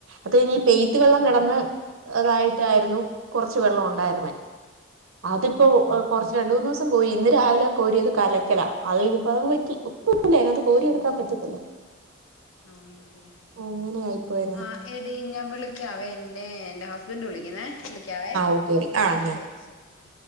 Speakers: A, on the right; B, on the left.
A: അത് ഈ പെയ്ത്ത് വെള്ളം കിടന്ന് അതായിട്ടായിരുന്നു. കുറച്ച് വെള്ളം ഉണ്ടായിരുന്നേ അതിപ്പോ
B: ആഹ് ആഹ് ആഹ് ആഹ്
A: കുറച്ച് രണ്ട് മൂന്ന് ദിവസ- കോരി ഇന്ന് രാവിലെ കോരി അത് കലയ്ക്കല അത് കഴിഞ്ഞപ്പോ അത് പറ്റി ഒപ്പ അതിനകത്ത് കോരി
B: ആഹ്
A: എടുക്കാൻ പറ്റത്തില്ല
B: ആണല്ലേ
A: അങ്ങനെ ആയിപ്പോയ
B: ആ എടി ഞാൻ വിളിക്കാവേ എൻറെ എന്റെ ഹസ്ബൻഡറ് വിളിക്കുന്നേ വിളിക്കാവേ?
A: ഓ ആ
B: ശരി ശരി ആ